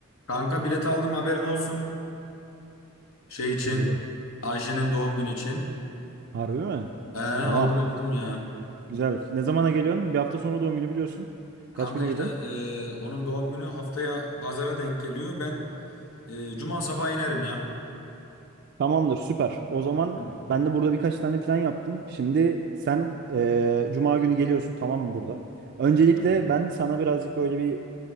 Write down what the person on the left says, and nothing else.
Kanka bilet aldım haberin olsun. Şey için.
Ayşe'nin doğum günü için.
Ee, aldım
aldım ya.
Kanka
işte
e, onun doğum günü haftaya pazara denk geliyor. Ben e, cuma sabahı inerim ya.
Hı,
Tamam